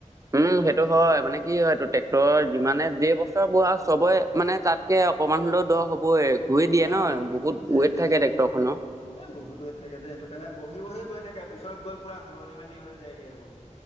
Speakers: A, on the right (about 25°); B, on the left (about 50°).
A: উম, সেইটো হয় মানে কি হয় এইটো ট্ৰেক্টৰৰ যিমানে যে বছৰ বোৱা চবৰে মানে তাত তে অকমান হলেও দ হব গুৰি দিয়ে
B: অ
A: ন বহুত
B: সেইটোৱে
A: ৱেট থাকে
B: অ
A: ট্ৰেক্টৰ খনৰ।
B: এ বহুত ৱেট থাকে যে সেইটো কাৰণে বহি বহি গৈ থাকে পিছত গৈ পুৰা সুৰণি মাটি হৈ যায়গৈ সেইবোৰ।